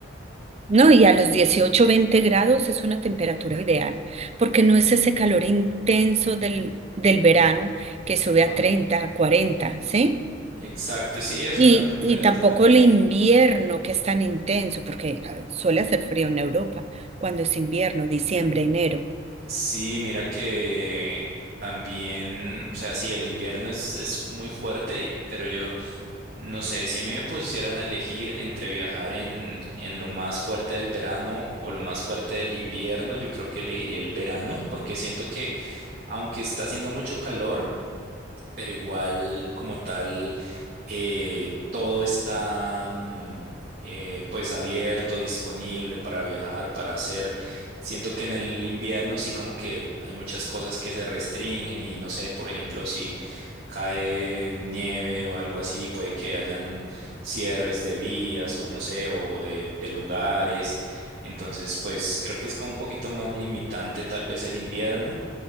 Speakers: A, on the right; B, on the right.
A: No, y a los 18 20 grados es una temperatura ideal, porque no es ese calor intenso del, del verano que sube
B: Ajá.
A: a 30 a 40, ¿sí?
B: Exacto, sí, es
A: Y,
B: una temperatura
A: y tampoco
B: bien.
A: el invierno que es tan intenso, porque ah, suele hacer frío en Europa, cuando es invierno, diciembre, enero.
B: Sí, mira que también, o sea, sí, el invierno es, es muy fuerte, y- pero yo no sé, si a mí me pusieran a elegir entre viajar en, en lo más fuerte del verano o lo más fuerte del invierno, yo creo que elegiría el verano, porque siento que aunque está haciendo mucho calor, pero igual como tal eh, todo está mm, eh, pues abierto, disponible para viajar, para hacer. Siento que en el invierno sí como que hay muchas cosas que se restringen y no sé, por ejemplo, si cae nieve o algo así, puede que hayan cierres de vías o no sé, o de, de lugares. Entonces, pues creo que es como un poquito más limitante tal vez el invierno.